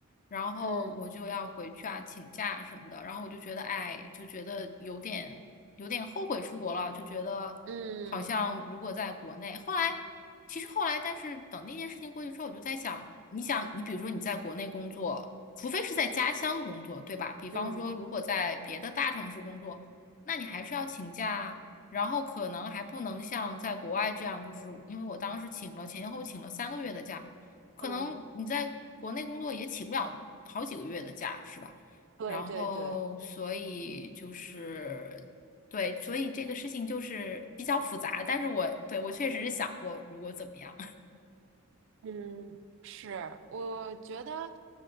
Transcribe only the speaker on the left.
然后我就要回去啊，
请假什么的，然后我就觉得哎，就觉得有点有点后悔出国了，就觉得好像如果在国内，
后来其实后来，但是等那件事情过去之后，我就在想，你想，你比如说你在国内工作。除非是在家乡工作，对吧？比方说，
如果在别的大城市工作，那你还是要请假啊，然后可能还不能像在国外这样，就是因为我当时请了前前后后请了三个月的假嘛，可能你在国内工作也请不了好几个月的假，
是吧？
然后，所以就是对，所以这个事情就是比较复杂，但是我对我确实是想过，如果怎么样，